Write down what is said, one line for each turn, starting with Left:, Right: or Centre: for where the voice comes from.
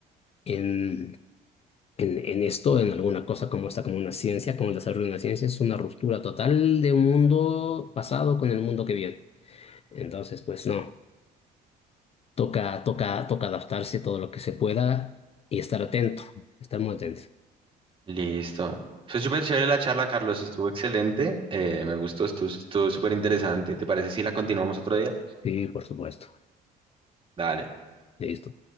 Left: en, en, en esto, en alguna cosa como esta, como una ciencia, como el desarrollo de una ciencia, es una ruptura total de un mundo pasado con el mundo que viene. Entonces, pues no, toca, toca, toca adaptarse todo lo que se pueda y estar atento, estar muy atento.
Right: listo. Fue súper chévere la charla, Carlos, estuvo excelente. eh, me gustó, estuvo estuvo súper interesante. ¿Te parece si la continuamos otro día?
Left: Sí, por supuesto.
Right: Dale.
Left: Listo.